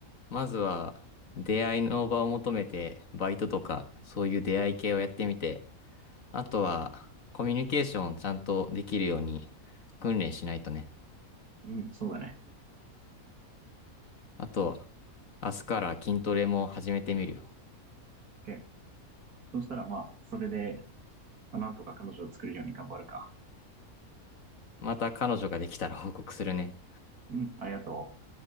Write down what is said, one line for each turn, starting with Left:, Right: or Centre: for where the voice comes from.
Left: まずは、出会いの場を求めて、バイトとか、そういう出会い系をやってみて、あとは、コミュニケーションちゃんとできるように、訓練しないとね。
Right: うん、そうだね。
Left: あと、明日から筋トレも始めてみるよ。
Right: OK。そしたらまあ、それで、なんとか彼女を作るように頑張るか。
Left: また彼女ができたら報告するね。
Right: うん、ありがとう。